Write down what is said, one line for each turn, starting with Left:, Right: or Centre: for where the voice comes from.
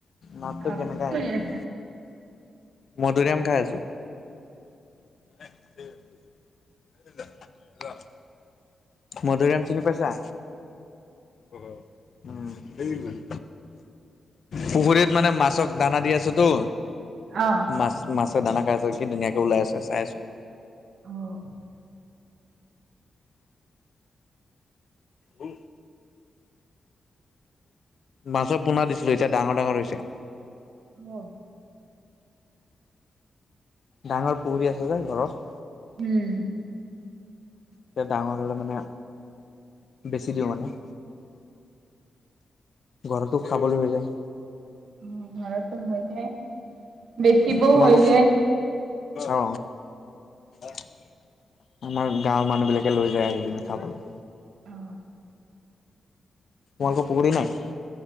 Left: মাতটো
Right: অ
Left: কেনেকে
Right: কি
Left: আহিছিল
Right: কৰি আছা
Left: মধুৰিআম খাই আছো। <unintelligible> মধুৰীআম চিনি পাইছা? অ উম উম পুখুৰীত মানে মাছক দানা দি আছোতো।
Right: অ।
Left: মাছ মাছে দানা খাই আছে কি ধুনীয়াকৈ ওলাই আছে চাই আছো।
Right: অ
Left: হ। মাছৰ পোনা দিছিলো এতিয়া ডাঙৰ ডাঙৰ হৈছে।
Right: অ।
Left: ডাঙৰ পুখুৰী আছে যে ঘৰত।
Right: উম।
Left: এতিয়া ডাঙৰ হ'লে মানে বেছি দিও মানে। ঘৰতো খাবলৈ হৈ যায়।
Right: উ ঘৰতো হৈ যায় বেচিবোৰ
Left: তোমালোকক
Right: হৈ যায়
Left: অ। আমাৰ গাওৰূ মানুহ বিলাকে লৈ যায় আহি কিনে খাবলৈ।
Right: অ
Left: তোমালোকৰ পুখুৰী নাই?